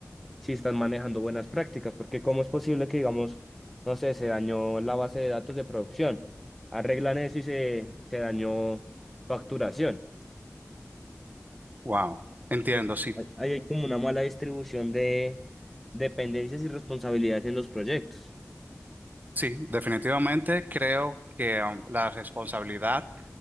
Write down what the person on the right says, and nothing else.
Wow, entiendo,
sí.
Sí, definitivamente creo que um, la responsabilidad